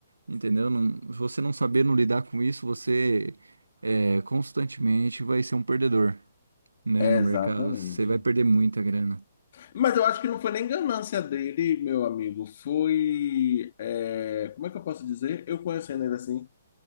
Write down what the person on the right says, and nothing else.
entendeu? Não, se você não saber não lidar com isso, você é, constantemente vai ser um perdedor, né,
no
mercado. Você vai perder muita grana.